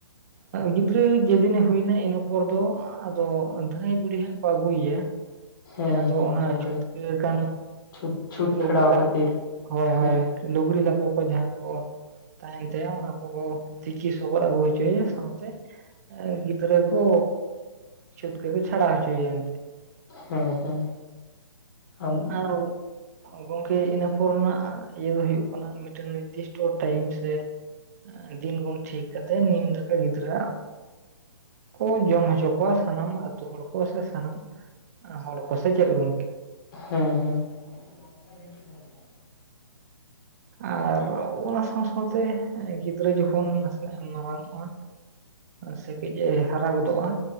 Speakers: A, on the right; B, on the left.
A: ᱜᱤᱫᱽᱨᱟᱹ ᱡᱮᱫᱤᱱᱮ ᱦᱩᱭᱱᱟ ᱤᱱᱟᱹ ᱯᱚᱨ ᱫᱚ ᱟᱫᱚ ᱫᱷᱟᱹᱭ ᱵᱩᱰᱷᱤ ᱦᱟᱸᱜ ᱠᱚ ᱟᱹᱜᱩᱭ ᱭᱟ ᱾
B: ᱦᱮᱸ
A: ᱡᱟᱦᱟᱸ ᱫᱚ
B: ᱦᱮᱸ ᱦᱮᱸ
A: ᱚᱱᱟ
B: ᱜᱚᱝᱠᱮ
A: ᱪᱷᱩᱴᱠᱟᱹᱣ ᱟᱠᱟᱱ
B: ᱪᱷᱩᱸᱛ ᱪᱷᱩᱸᱛ
A: ᱞᱩᱜᱽᱲᱤ
B: ᱯᱷᱮᱲᱟᱣ
A: <inaudible> <unintelligible>
B: ᱠᱷᱟᱹᱛᱤᱨ
A: ᱦᱳᱭ ᱦᱳᱭ
B: ᱦᱮᱸ
A: ᱞᱩᱜᱽᱲᱤ ᱞᱟᱯᱚ ᱠᱚ ᱡᱟᱦᱟᱸ ᱠᱚ ᱛᱟᱦᱮᱱ ᱛᱟᱭᱚᱢ ᱚᱱᱟ ᱠᱚ ᱠᱚ ᱛᱤᱠᱤ ᱥᱚᱵᱚᱫ ᱟᱹᱜᱩ ᱦᱚᱪᱚᱭᱟ ᱥᱟᱶᱛᱮ ᱜᱤᱫᱽᱨᱟᱹ ᱚ ᱪᱷᱩᱛ ᱠᱚ ᱠᱚ ᱪᱷᱟᱰᱟᱣ ᱦᱚᱪᱚᱭᱟ ᱮᱱᱛᱮ
B: ᱦᱮᱸ ᱦᱮᱸ ᱟᱢ
A: ᱟᱨᱚ <unintelligible> ᱜᱚᱝᱠᱮ ᱤᱱᱟᱹ ᱯᱚᱨ ᱱᱟᱜ ᱤᱭᱟᱹ ᱫᱚ ᱦᱩᱭᱩᱜ ᱠᱟᱱᱟ ᱢᱤᱫᱴᱮᱱ ᱱᱤᱨᱫᱤᱥᱴᱚ ᱴᱟᱭᱤᱢ ᱥᱮ ᱫᱤᱱ ᱵᱚᱱ ᱴᱷᱤᱠ ᱠᱟᱛᱮᱜ ᱱᱤᱢ ᱫᱟᱠᱟ ᱜᱤᱫᱽᱨᱟᱹ ᱟᱜ ᱠᱚ ᱡᱚᱢ ᱦᱚᱪᱚ ᱠᱚᱣᱟ ᱥᱟᱱᱟᱢ ᱟᱹᱛᱩ ᱦᱚᱲ ᱠᱚ ᱥᱮ ᱥᱟᱱᱟᱢ ᱦᱚᱲ ᱠᱚ ᱥᱮ ᱪᱮᱫ ᱜᱚᱝᱠᱮ?
B: ᱦᱩᱸ ᱦᱩᱸ <unintelligible>
A: ᱟᱨ ᱚᱱᱟ ᱥᱟᱶ ᱥᱟᱶᱛᱮ ᱜᱤᱫᱽᱨᱟᱹ ᱡᱚᱠᱷᱚᱱ ᱱᱟᱥᱮᱱᱟᱜ ᱮ ᱢᱟᱨᱟᱝ ᱚᱜᱼᱟ ᱥᱮ ᱠᱟᱹᱡᱼᱮ ᱦᱟᱨᱟ ᱜᱚᱫᱚᱜᱼᱟ